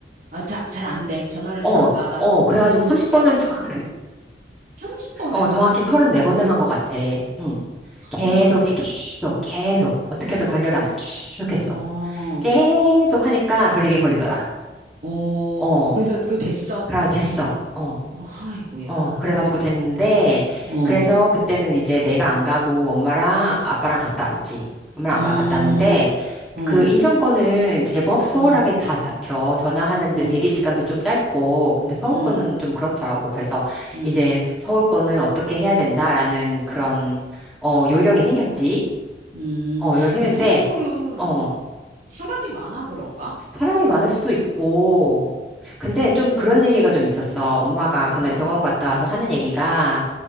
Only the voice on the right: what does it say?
아, 자, 잘 안 돼. 전화를 잘
안 받아.
30번을
했다고?
와,
어,
어,
그래서 그 됐어.
어, 아이고야.
어,
음,
어,
음,
어,
음,
음,
음.
그럼 서울은,
사람이 많아 그런가?
어떤?